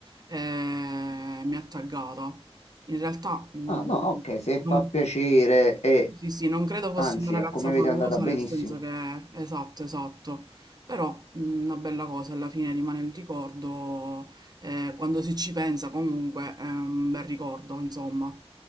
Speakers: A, on the right (about 40°); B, on the left (about 85°).
A: e mi ha taggata. In realtà mm,
B: Ah, no, ok, se
A: non,
B: fa piacere e
A: sì, sì, non credo fosse
B: anzi,
A: una ragazza
B: a come
A: famosa,
B: vedi è andata benissimo.
A: nel senso che, esatto, esatto, però mh, una bella cosa, alla fine rimane il ricordo, eh, quando si ci pensa comunque è un bel ricordo, insomma.